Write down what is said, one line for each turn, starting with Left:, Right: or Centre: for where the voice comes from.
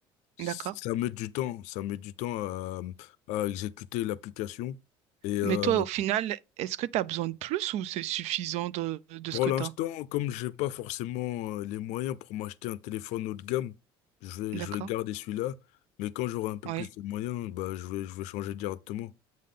Left: ça
Right: D'accord?
Left: met du temps, ça met du temps à, à exécuter l'application. Et euh,
Right: Mais toi, au final, est-ce que tu as besoin de plus ou c'est suffisant de, de
Left: Pour
Right: ce que
Left: l'instant,
Right: tu as?
Left: comme j'ai pas forcément euh, les moyens pour m'acheter un téléphone haut de gamme, je vais,
Right: D'accord?
Left: je vais garder celui-là. Mais quand j'aurai un peu
Right: Ouais.
Left: plus de moyens, bah, je vais, je vais changer directement.